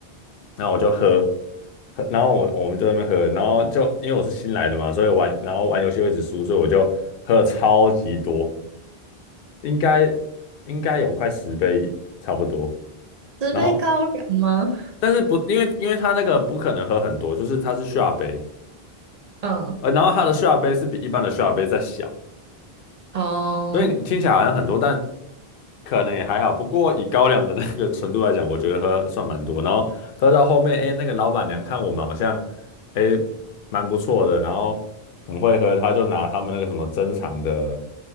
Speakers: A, on the left; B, on the right.
A: 然后我就喝，喝然后我我们就在那边喝，然后就因为我是新来的嘛，所以玩然后玩游戏会一直输，所以我就喝了超级多，应该应该有快十杯差不多。
B: 纸杯高粱吗？
A: 然后但是不因为因为他那个不可能喝很多，就是它是下杯，
B: 嗯
A: 呃，然后它的下杯是比一般的下杯再小，
B: 哦，
A: 所以你听起来好像很多，但可能也还好。不过以高粱的那个纯度来讲，我觉得喝算蛮多。然后喝到后面，哎，那个老板娘看我们好像，哎，蛮不错的，然后很会喝，他就拿他们那个什么珍藏的、